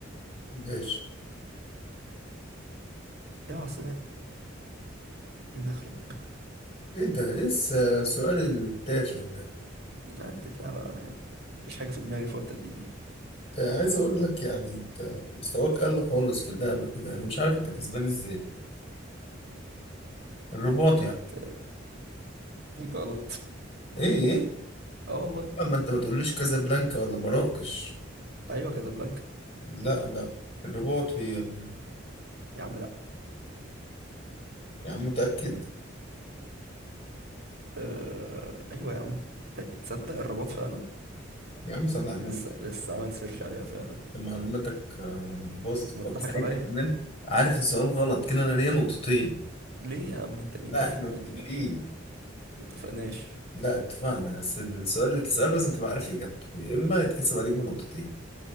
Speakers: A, on the left; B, on the right.
A: ماشي
B: ايه عاصمة المغرب
A: إيه ده؟ إيه الس- السؤال التافه ده؟
B: عدتها بقى يعني مفيش حاجة في دماغي فقلت اديك دي
A: ده عايز اقول لك يعني انت مستواك قل خالص في اللعبه كده انا مش عارف انت كسبان ازاي الرباط
B: بت
A: يعني
B: <laughs> انت غلط
A: ايه ايه
B: اه والله
A: اما انت ما تقوليش كازابلانكا ولا مراكش
B: ايوه كازابلانكا
A: لا لا الرباط هي ال...
B: يا عم لا
A: يا عم متاكد
B: أه... ايوه يا عم آه، تصدق الرباط فعلا
A: يا عم صل على النبي
B: لسه لسه عامل سيرش عليها فعلا
A: أنت معلوماتك آه، باظت
B: ما
A: فتره
B: تضحك عليا
A: كمان عارف السؤال غلط كده انا ليا نقطتين
B: ليه يا عم انت مين
A: لا
B: قال
A: احنا
B: كده
A: متفقين
B: عادي، ما اتفقناش
A: لا اتفقنا بس السؤال اللي تساله لازم تبقى عارف اجابته يا اما يتحسب عليك بنقطتين